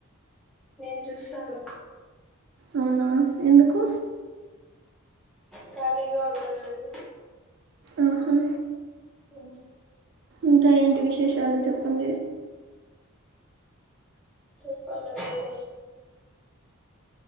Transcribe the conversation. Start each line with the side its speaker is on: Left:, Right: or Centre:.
Centre: నేను చూస్తాన్న
Right: అవునా ఎందుకు
Centre: ఖాళీగా ఉండాలని.
Right: ఆహా
Centre: ఓ
Right: ఇంకా ఏంటి విశేషాలు చెప్పండి
Centre: చెప్పాలండి మీరే